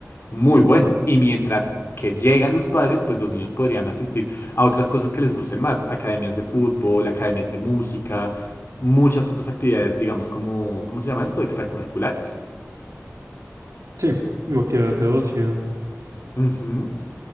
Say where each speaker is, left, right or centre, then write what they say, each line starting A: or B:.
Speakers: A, on the left; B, on the right.
A: muy bueno. Y mientras que llegan los padres, pues los niños podrían asistir a otras cosas que les gusten más, academias de fútbol, academias de música, muchas otras actividades, digamos, como, ¿cómo se llama esto? Extracurriculares.
B: Sí, o actividades de ocio.
A: Ujú.